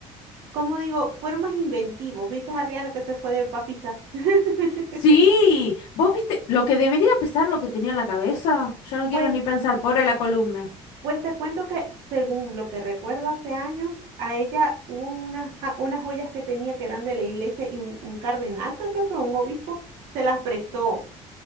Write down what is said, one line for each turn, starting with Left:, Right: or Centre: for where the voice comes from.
Right: como digo, fueron más inventivos. ¿Viste a Rihanna que se fue de papisa? <laughs>
Left: Sí, vos viste lo que debería pesar lo que tenía en la cabeza. Yo no
Right: Pues,
Left: quiero ni pensar, pobre la columna.
Right: pues te cuento que según lo que recuerdo hace años, a ella hubo unas, ja- unas joyas que tenía que eran de la iglesia y un, un cardenal, creo que fue un obispo, se las prestó